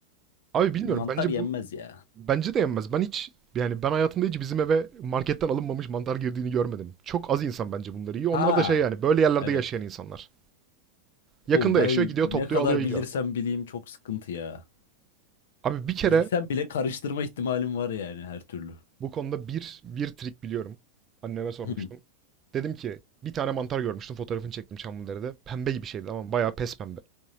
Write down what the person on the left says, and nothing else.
Mantar
yenmez
ya.
Ha,
evet.
Oğlum ben
ne
kadar
bilirsem bileyim çok sıkıntı ya.
Bilsem bile karıştırma ihtimalim var yani her türlü.
Hı